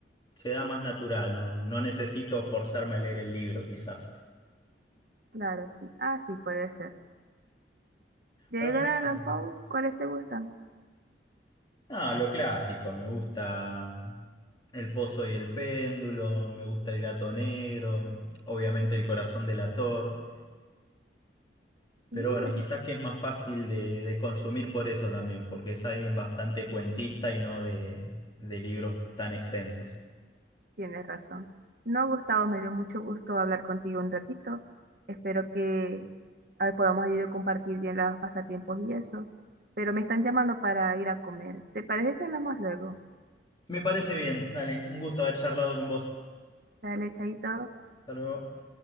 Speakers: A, on the left; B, on the right.
A: se da más natural, no, no necesito forzarme a leer el libro quizás.
B: Claro, sí. Ah, sí, puede ser. De
A: Pero
B: Edgar Allan
A: mm,
B: Poe, ¿cuáles te gustan?
A: ah, lo clásico, me gusta El Pozo y el Péndulo, me gusta El Gato Negro, obviamente El Corazón Delator. Pero
B: Mm,
A: bueno,
B: ese-
A: quizás que es más fácil de, de consumir por eso también, porque es alguien bastante cuentista y no de, de libros tan extensos.
B: tienes razón. No, Gustavo, me dio mucho gusto hablar contigo un ratito. Espero que a ver, podamos ayudar a compartir bien los pasatiempos y eso. Pero me están llamando para ir a comer. ¿Te parece si hablamos luego?
A: Me parece bien, dale, un gusto haber charlado con vos.
B: Dale, chaito.
A: Hasta luego.